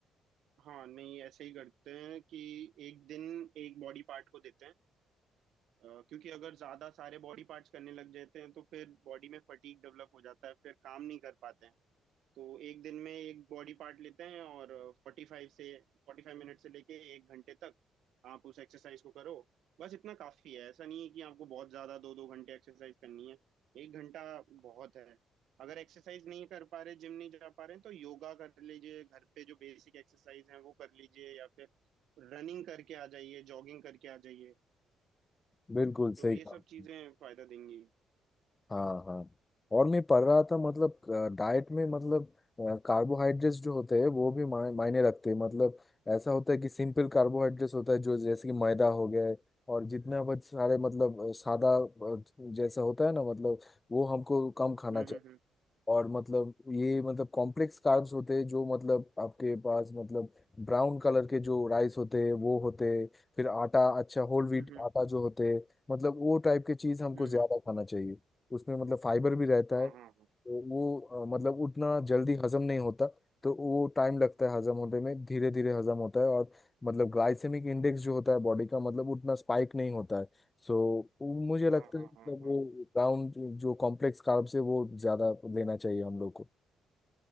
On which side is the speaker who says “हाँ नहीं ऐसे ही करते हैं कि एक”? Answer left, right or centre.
Right